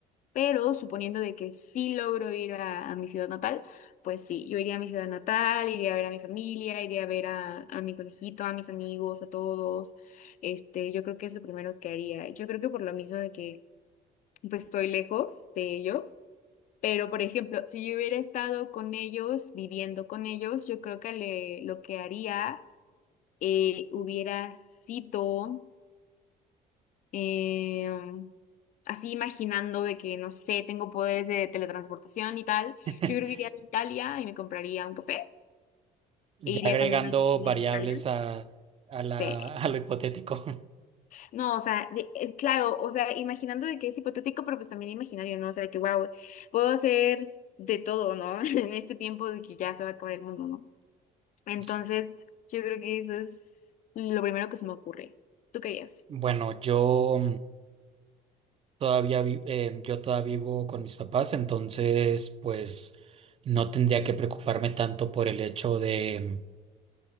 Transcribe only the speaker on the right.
<laughs>
Ya
agregando
variables
a, a la,
<laughs> a lo hipotético.
<laughs>
Bueno, yo. todavía vi- eh, yo todavía vivo con mis papás, entonces pues no tendría que preocuparme tanto por el hecho de